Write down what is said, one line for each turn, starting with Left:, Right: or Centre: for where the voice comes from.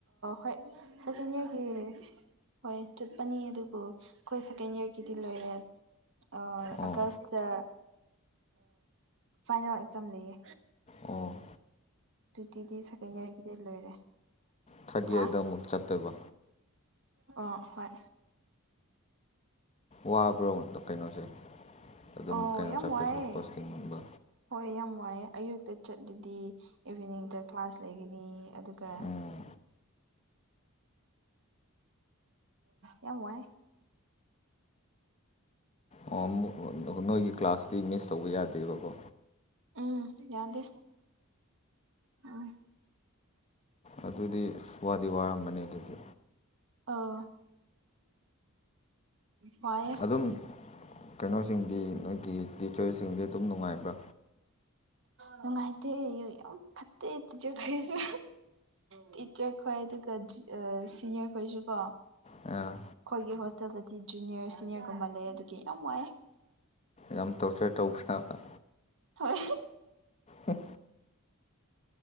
Right: ꯍꯣꯏ ꯁꯦꯀꯦꯟ ꯏꯌꯥꯔꯒꯤ ꯍꯣꯏ ꯆꯠꯄꯅꯤ ꯑꯗꯨꯕꯨ ꯑꯩꯈꯣꯏ ꯁꯦꯀꯦꯟ ꯌꯌꯥꯔꯒꯤꯗꯤ ꯂꯣꯏꯔꯦ ꯑꯥꯒꯁ
Left: ꯑꯣ
Right: ꯗ ꯐꯥꯏꯅꯦꯜ ꯑꯦꯛꯖꯥꯝ ꯂꯩꯌꯦ
Left: ꯑꯣꯥ
Right: ꯇꯤꯗꯤ ꯁꯥꯒꯩ ꯌꯥꯏꯒꯤꯗꯤ ꯂꯣꯏꯔꯦ
Left: ꯊꯥꯔꯠ
Right: ꯍꯥ
Left: ꯏꯌꯥꯔꯗ ꯑꯃꯨꯛ ꯆꯠꯇꯣꯏꯕ
Right: ꯑ ꯍꯣꯏ
Left: ꯋꯥꯕ꯭ꯔꯣꯗ ꯀꯩꯅꯣꯁꯦ ꯑꯗꯨꯝ
Right: ꯑꯣ
Left: ꯀꯩꯅꯣ
Right: ꯌꯥꯝ
Left: ꯆꯠꯄꯁꯦ
Right: ꯋꯥꯏꯑꯦ
Left: ꯄꯣꯁꯇꯤꯡꯒꯨꯝꯕ
Right: ꯍꯣꯏ ꯌꯥꯝ ꯋꯥꯏꯑꯦ ꯑꯌꯨꯛꯇ ꯆꯠꯂꯗꯤ ꯏꯚꯤꯅꯤꯡꯗ ꯀ꯭ꯂꯥꯁ ꯂꯩꯒꯅꯤ ꯑꯗꯨꯒ
Left: ꯎꯝ
Right: ꯌꯥꯝ ꯋꯥꯏ
Left: ꯑꯣ ꯅꯣꯏꯒꯤ ꯀ꯭ꯂꯥꯁꯇꯤ ꯃꯤꯁ ꯇꯧꯕ ꯌꯥꯗꯦꯕꯀꯣ
Right: ꯎꯝ ꯌꯥꯗꯦ ꯎꯝ
Left: ꯑꯗꯨꯗꯤ ꯋꯥꯗꯤ ꯋꯥꯔꯝꯕꯅꯤ ꯑꯗꯨꯗꯤ
Right: ꯑ ꯍ
Left: ꯑꯗꯨꯝ ꯀꯩꯅꯣꯁꯤꯡꯗꯤ ꯅꯣꯏꯒꯤ ꯇꯤꯆꯔꯁꯤꯡꯗꯤ ꯑꯗꯨꯝ ꯅꯨꯡꯉꯥꯏꯕ꯭ꯔ
Right: ꯅꯨꯡꯉꯥꯏꯇꯦ ꯌꯥꯝ ꯐꯠꯇꯦ ꯇꯤꯖꯈꯩꯁꯨ ꯇꯤꯆꯔ ꯈꯣꯏ ꯑꯗꯨꯒ ꯁꯤꯅꯤꯌꯔ ꯈꯣꯏꯁꯨ ꯀꯣ
Left: ꯑ
Right: ꯑꯩꯈꯣꯏꯒꯤ ꯍꯣꯁꯇꯦꯜꯗꯗꯤ ꯖꯨꯅꯤꯌꯔ ꯁꯤꯅꯤꯌꯔꯒꯨꯝꯕ ꯂꯩ ꯑꯗꯨꯒꯤ ꯌꯥꯝ ꯋꯥꯏꯦ
Left: ꯌꯥꯝ ꯇꯣꯔꯆꯔ ꯇꯧꯈ꯭ꯔꯕ
Right: ꯍꯣꯏ
Left: ꯍꯠ